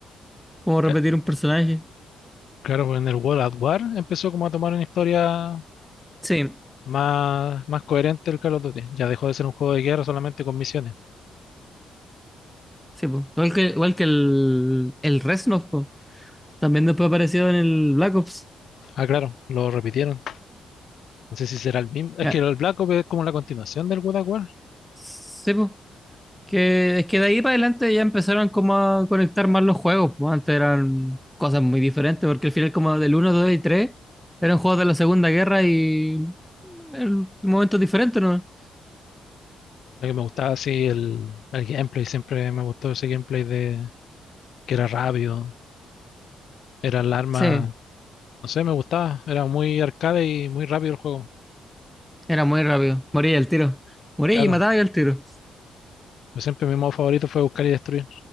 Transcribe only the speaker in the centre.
como repetir
un personaje.
Sí.
Sí, po. Igual que, igual que el, el Reznov, po. También después apareció en el Black Ops.
Ya.
Sí, po. Que es que de ahí para adelante ya empezaron como a conectar más los juegos, po. Antes eran cosas muy diferentes, porque al final como del uno 2 y 3 eran juegos de la Segunda Guerra y en momentos diferentes, ¿no?
Sí,
era muy rápido. Moría al tiro. Moría
y mataba al tiro.